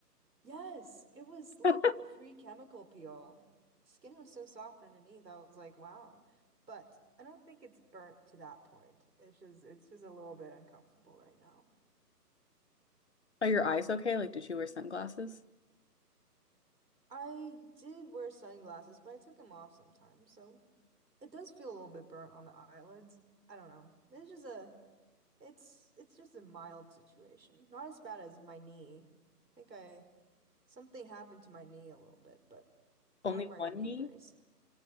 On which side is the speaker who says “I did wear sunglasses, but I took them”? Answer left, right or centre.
Right